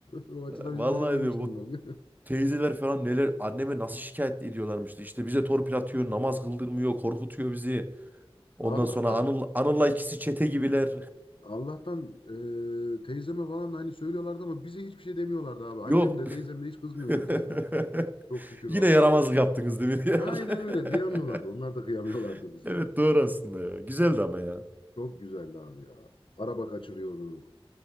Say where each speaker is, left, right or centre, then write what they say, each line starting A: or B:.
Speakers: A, on the left (about 60°); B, on the right (about 15°).
A: <laughs> O açıdan
B: E, Vallahi
A: hiç düşünmemiştim
B: diyorum
A: bak.
B: Teyzeler falan neler anneme nasıl şikayet ediyorlarmıştı. İşte bize torpil atıyor, namaz kıldırmıyor, korkutuyor bizi. Ondan
A: <laughs> Allah'tan
B: sonra Anıl, Anıl'la ikisi çete gibiler.
A: Allah'tan e, teyzeme falan da hani söylüyorlardı ama bize hiçbir şey demiyorlardı abi. Annem
B: <laughs> Yok.
A: de teyzem de hiç kızmıyordu
B: <laughs>
A: bize ya. Çok şükür
B: Yine
A: valla.
B: yaramazlık yaptınız değil mi diyorlar.
A: Aynen öyle. Kıyamıyorlardı.
B: <laughs>
A: Onlar da kıyamıyorlardı bize
B: Evet
A: ya.
B: doğru aslında ya. Güzeldi ama ya.
A: Çok güzeldi abi ya. Araba kaçırıyorduk.